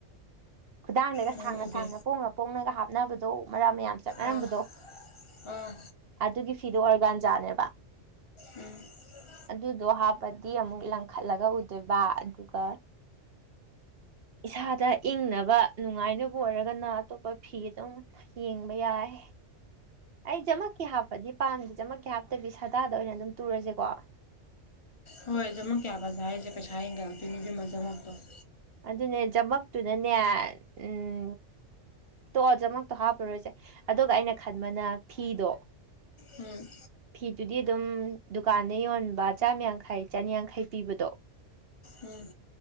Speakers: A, on the right (about 55°); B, on the left (about 30°).
A: ꯈꯨꯗꯥꯡꯗꯒ
B: ꯃꯃꯤꯡ
A: ꯁꯥꯡꯅ
B: ꯎꯒꯦ
A: ꯁꯥꯡꯅ ꯄꯣꯡꯅ ꯄꯣꯡꯅꯒ ꯍꯥꯞꯅꯕꯗꯣ ꯃꯔꯥꯛ ꯑꯃ ꯃꯌꯥꯝ ꯆꯠꯅꯔꯝꯕꯗꯣ
B: ꯑꯥ ꯑꯥ
A: ꯑꯗꯨꯒꯤ ꯐꯤꯗꯣ ꯑꯣꯔꯒꯥꯟꯖꯥꯅꯦꯕ
B: ꯎꯝ
A: ꯑꯗꯨꯗꯣ ꯍꯥꯞꯄꯗꯤ ꯑꯃꯨꯛ ꯂꯪꯈꯠꯂꯒ ꯎꯗꯣꯏꯕ ꯑꯗꯨꯒ ꯏꯁꯥꯗ ꯏꯪꯅꯕ ꯅꯨꯡꯉꯥꯏꯅꯕ ꯑꯣꯏꯔꯒꯅ ꯑꯇꯣꯞꯄ ꯐꯤ ꯑꯗꯨꯝ ꯌꯦꯡꯕ ꯌꯥꯏ ꯑꯩ ꯖꯥꯃꯛ ꯀꯤ ꯍꯥꯞꯄꯗꯤ ꯄꯥꯝꯗꯦ ꯖꯃꯛꯀꯤ ꯍꯥꯞꯇꯕꯤ ꯁꯥꯗꯥꯗ ꯑꯣꯏꯅ ꯑꯗꯨꯝ ꯇꯨꯔꯁꯦꯀꯣ
B: ꯍꯣꯏ ꯖꯃꯛꯀꯤ ꯍꯞꯄꯛꯀꯦ ꯍꯥꯏꯁꯦ ꯄꯩꯁꯥ ꯍꯦꯟꯒꯂꯛꯇꯣꯏꯅꯦ ꯏꯕꯦꯝꯃꯥ ꯖꯥꯃꯛꯇꯣ
A: ꯑꯗꯨꯅꯦ ꯖꯃꯛꯇꯨꯅꯅꯦ ꯎꯝ ꯇꯣꯛꯑꯣ ꯖꯃꯛꯇꯣ ꯍꯥꯞꯄꯔꯣꯏꯁꯦ ꯑꯗꯨꯒ ꯑꯩꯅ ꯈꯟꯕꯅ ꯐꯤꯗꯣ
B: ꯎꯝ
A: ꯐꯤꯗꯨꯗꯤ ꯑꯗꯨꯝ ꯗꯨꯀꯥꯟꯗ ꯌꯣꯟꯕ ꯆꯥꯝꯃ ꯌꯥꯡꯈꯩ ꯆꯅꯤꯌꯥꯡꯈꯩ ꯄꯤꯕꯗꯣ
B: ꯎꯝ